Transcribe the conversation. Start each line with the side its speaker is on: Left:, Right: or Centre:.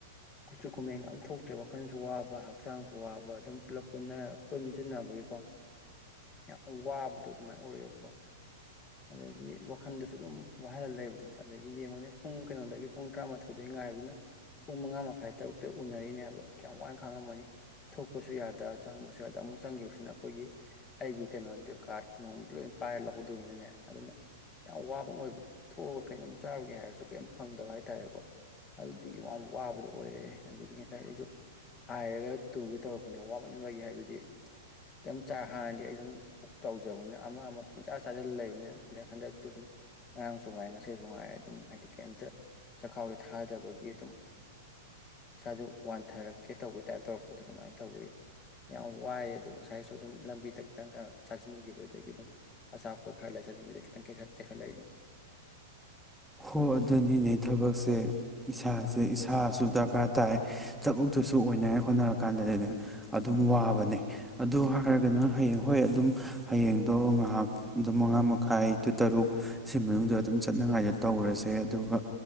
Left: ꯀꯆꯨ ꯀꯨꯃꯦꯟ ꯑ ꯊꯣꯛ ꯋꯥꯈꯜꯁꯨ ꯋꯥꯕ ꯍꯛꯆꯥꯡꯁꯨ ꯋꯥꯕ ꯑꯗꯨꯝ ꯄꯨꯂꯞ ꯄꯨꯟꯁꯤꯟꯅꯕꯒꯤꯀꯣ ꯌꯥꯝ ꯋꯥꯕꯗꯣ ꯑꯗꯨꯃꯥꯏꯅ ꯑꯣꯏꯌꯦꯕꯀꯣ ꯑꯗꯒꯤ ꯋꯥꯈꯟꯗꯁꯨ ꯑꯗꯨꯝ ꯋꯥꯍꯜꯂ ꯂꯩꯕꯗꯣ ꯑꯗꯒꯤ ꯌꯦꯡꯉꯨꯅꯦ ꯄꯨꯡ ꯀꯩꯅꯣꯗꯒꯤ ꯄꯨꯡ ꯇꯔꯥꯃꯥꯊꯣꯏꯗꯒꯤ ꯉꯥꯏꯕꯗꯨꯅ ꯄꯨꯡ ꯃꯉꯥ ꯃꯈꯥꯏ ꯇꯔꯨꯛꯇ ꯎꯅꯔꯤꯅꯦꯕ ꯀꯌꯥꯝ ꯋꯥꯏꯅ ꯈꯪꯉꯝꯃꯅꯤ ꯊꯣꯛꯄꯁꯨ ꯌꯥꯗ ꯆꯪꯕꯁꯨ ꯌꯥꯗ ꯑꯃꯨꯛ ꯆꯪꯈꯤꯕꯁꯤꯅ ꯑꯩꯈꯣꯏꯒꯤ ꯑꯩꯒꯤ ꯀꯩꯅꯣꯗꯤ ꯀꯥꯔꯠ ꯗ ꯂꯣꯏ ꯄꯥꯏꯔ ꯂꯧꯍꯧꯗꯣꯏꯅꯤꯅꯅꯦ ꯑꯗꯨꯅ ꯌꯥꯝ ꯋꯥꯕ ꯑꯃ ꯑꯣꯏꯕꯗꯣ ꯊꯣꯛꯑꯒ ꯀꯩꯅꯣꯝ ꯆꯥꯔꯨꯒꯦ ꯍꯥꯏꯔꯁꯨ ꯀꯩꯝ ꯐꯪꯗꯕ ꯍꯥꯏꯇꯥꯔꯦꯀꯣ ꯑꯗꯨꯗꯒꯤ ꯋꯥꯕꯗꯣ ꯑꯣꯏꯔꯦ ꯑꯗꯒꯤ ꯉꯁꯥꯏ ꯉꯁꯥꯏ ꯑꯩꯁꯨ ꯍꯥꯏꯔꯒ ꯇꯨꯒꯦ ꯇꯧꯔꯛꯄꯅꯦ ꯋꯥꯃꯟꯕꯒꯤ ꯍꯥꯏꯕꯗꯤ ꯀꯩꯝ ꯍꯥꯟꯅꯗꯤ ꯑꯩ ꯑꯗꯨꯝ ꯄꯨꯛ ꯆꯥꯎꯖꯕꯅꯤꯅ ꯑꯃ ꯑꯃ ꯄꯨꯡꯆꯥꯥ ꯆꯥꯁꯤꯜꯂ ꯂꯩꯕꯅꯤꯅ ꯍꯟꯗꯛ ꯍꯟꯗꯛꯇꯨ ꯑꯗꯨꯝ ꯉꯔꯥꯡꯁꯨ ꯉꯥꯏꯦ ꯉꯁꯁꯨ ꯉꯥꯏ ꯑꯗꯨꯝ ꯍꯥꯏꯗꯤ ꯀꯩꯝꯇ ꯆꯈꯥꯎꯁꯦ ꯊꯥꯗꯕꯒꯤ ꯑꯗꯨꯝ ꯏꯁꯥꯗꯣ ꯄꯠꯊꯔꯛꯀꯦ ꯇꯧꯕꯒꯤ ꯇꯥꯏꯞ ꯇꯧꯔꯛꯄꯗꯣ ꯑꯗꯨꯃꯥꯏꯅ ꯇꯧꯏ ꯌꯥꯝ ꯋꯥꯏꯌꯦ ꯑꯗꯣ ꯉꯁꯥꯏꯁꯨ ꯑꯗꯨꯝ ꯂꯝꯕꯤꯗ ꯈꯤꯇꯪ ꯀꯩꯅꯣ ꯆꯥꯖꯤꯟꯈꯤꯕꯗꯒꯤ ꯑꯗꯨꯝ ꯑꯆꯥ ꯄꯣꯠ ꯈꯔ ꯂꯩꯁꯟ <unintelligible> ꯈꯤꯇꯪ ꯇꯦꯛꯈꯠꯂꯛꯏꯅꯤ꯫
Centre: ꯍꯣꯏ ꯑꯗꯨꯅꯤꯅꯦ ꯊꯕꯛꯁꯦ ꯏꯁꯥꯁꯦ ꯏꯁꯥꯁꯨ ꯗꯔꯀꯥꯔ ꯇꯥꯏ ꯊꯕꯛꯇꯨꯁꯨ ꯑꯣꯏꯅꯉꯥꯏ ꯍꯣꯠꯅꯔ ꯀꯥꯟꯗꯗꯤꯅꯦ ꯑꯗꯨꯝ ꯋꯥꯕꯅꯦ ꯑꯗꯨ ꯍꯥꯏꯔꯒꯅ ꯍꯌꯦꯡ ꯍꯣꯏ ꯑꯗꯨꯝ ꯍꯌꯦꯡꯗꯣ ꯉꯥꯏꯍꯥꯛ ꯑꯗꯨꯝ ꯃꯉꯥ ꯃꯈꯥꯏ ꯇꯨ ꯇꯔꯨꯛ ꯁꯤ ꯃꯅꯨꯡꯗ ꯑꯗꯨꯝ ꯆꯠꯅꯉꯥꯏ ꯇꯧꯔꯁꯦ ꯑꯗꯨꯒ